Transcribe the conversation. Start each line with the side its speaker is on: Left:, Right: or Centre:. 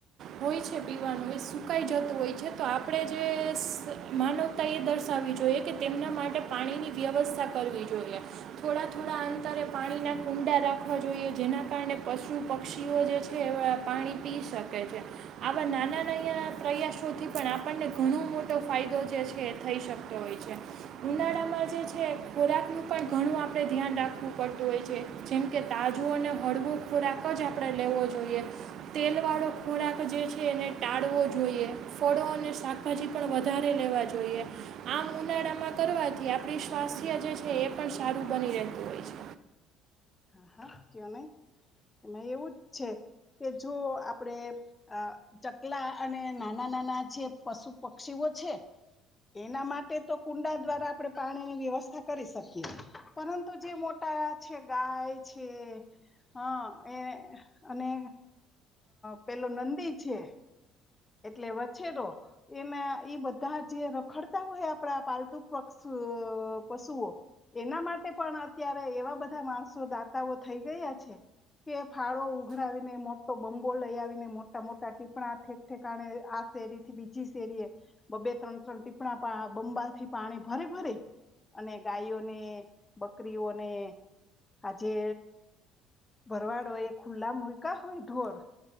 Right: હોય છે પીવાનું એ સુકાઈ જતું હોય છે, તો આપણે જે માનવતા એ દર્શાવવી જોઈએ કે તેમના માટે પાણીની વ્યવસ્થા કરવી જોઈએ. થોડા-થોડા અંતરે પાણીના કુંડા રાખવા જોઈએ જેના કારણે પશુ પક્ષીઓ જે છે એ વ પાણી પી શકે છે. આવા નાના નયા પ્રયાસોથી પણ આપણને ઘણો મોટો ફાયદો જે છે એ થઈ શકતો હોય છે. ઉનાળામાં જે છે ખોરાકનું પણ ઘણું આપણે ધ્યાન રાખવું પડતું હોય છે. જેમ કે તાજું અને હળવો ખોરાક જ આપણે લેવો જોઈએ, તેલવાળો ખોરાક જે છે એને ટાળવો જોઈએ, ફળો અને શાકભાજી પણ વધારે લેવા જોઈએ. આમ ઉનાળામાં કરવાથી આપણી સ્વાસ્થ્ય જે છ છે એ પણ સારું બની રહેતું હોય છે.
Left: હા હા કયો નહી, એમાં એવું જ છે કે જો આપણેે અહ ચકલા અને નાના-નાના જે પશુ પક્ષીઓ છે એના માટે તો કુંડા દ્વારા આપણે પાણીની વ્યવસ્થા કરી શકીએ, પરંતુ જે મોટા છે ગાય છે, હા એ અને પેલો નંદી છે. એટલે વછેરો એમા ઈ બધા જે રખડતા હોય આપણા પાલતુ પક્ષ અહ પશુઓ એના માટે પણ અત્યારે એવા બધા માણસો દાતાઓ થઈ ગયા છે, કે ફાળો ઉઘરાવીને મોટો બંબો લઈ આવીને મોટા-મોટા ટીપણા થે કારણે આ શેરી થી બીજી શેરીએ બબ્બે ત્રણ-ત્રણ ટીપણા પા બંબાથી પાણી ભરી-ભરી અને ગાયોને, બકરીઓને, આ જે ભરવાડો એ ખુલ્લા મુયકા હોય ને ઢોર